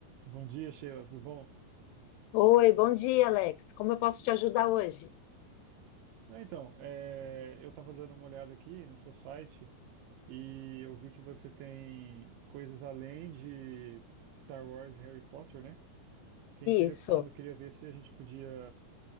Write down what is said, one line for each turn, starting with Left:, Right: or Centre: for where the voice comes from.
Right: Bom dia, Sheila, tudo bom?
Left: Oi, bom dia, Alex. Como eu posso te ajudar hoje?
Right: Não, Então, é, eu estava dando uma olhada aqui no seu site e eu vi que você tem coisas além de Star Wars e Harry Potter, né? Fiquei interessado,
Left: Isso,
Right: queria ver se a gente podia,